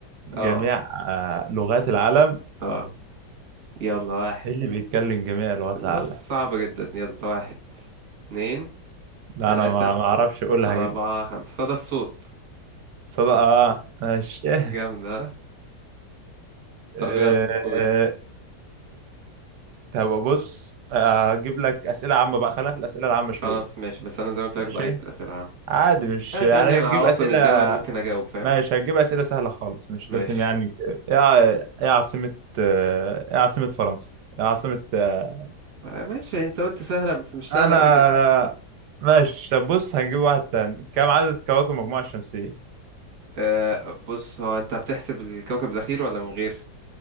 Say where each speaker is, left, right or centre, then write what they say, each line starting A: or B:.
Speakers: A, on the right (about 75°); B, on the right (about 55°).
A: جميع
B: اه
A: آه، لغات العالم
B: اه يلا واحد
A: ايه اللي بيتكلم جميع لغات
B: بص
A: العالم
B: صعب جدا يلا واحد اتنين
A: لا
B: تلاتة
A: انا ما ما اعرفش اقولها
B: أربعة
A: جدا
B: خمسة صدى الصوت
A: صدق اه ماشي
B: جامد ها طب
A: آه،
B: يلا قول
A: طب بص آه، هجيب لك اسئله عامه بقى خلينا في الاسئله العامه شويه
B: خلاص ماشي بس أنا زي ما قلت
A: ماشي
B: لك ضعيف في الأسئلة العامة
A: عادي مش
B: يعني
A: انا
B: اسألني عن
A: هجيب
B: عواصم
A: اسئله
B: الدول ممكن أجاوب فاهم
A: ماشي هجيب اسئله سهله خالص مش
B: ماشي
A: لازم يعني ايه ع- ايه عاصمه آه، ايه عاصمه فرنسا ايه عاصمه آه،
B: آه، ماشي أنت قلت سهلة بس مش سهلة
A: انا
B: أوي كده
A: ماشي طب بص هنجيب واحد تاني كم عدد كواكب المجموعه الشمسيه
B: أه بص هو أنت بتحسب الكوكب الأخير ولا من غير